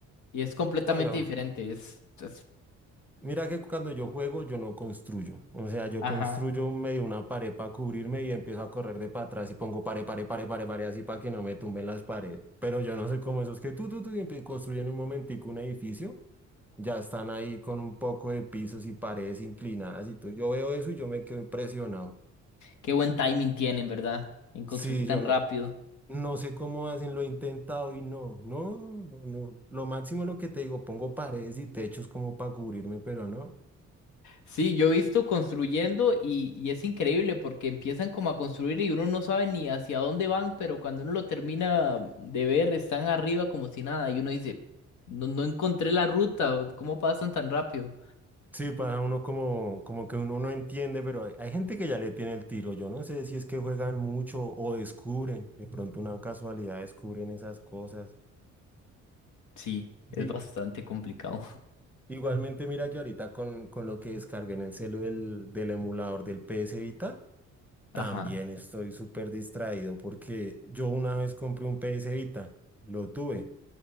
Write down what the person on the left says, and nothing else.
y es completamente
diferente. Es, es-
ajá.
Qué buen timing tienen, ¿verdad? En construir
tan
rápido.
Sí, yo he visto construyendo y, y es increíble porque empiezan como a construir y uno no sabe ni hacia dónde van, pero cuando uno lo termina de ver, están arriba como si nada y uno dice, no, no encontré la ruta, o ¿cómo pasan tan rápido?
Sí, es
bastante complicado.
<laughs> Ajá.